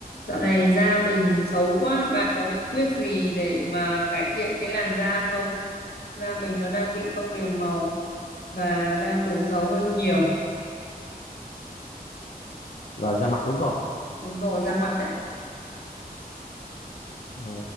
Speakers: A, on the left (about 90°); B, on the left (about 60°).
A: Dạo này da mình xấu quá, bạn có bí quyết gì để mà cải thiện cái làn da không? Da mình nó đang bị không đều màu và đang đổ dầu hơi nhiều.
B: là ra mặt đúng không
A: Đúng rồi, da mặt đấy.
B: Ờ,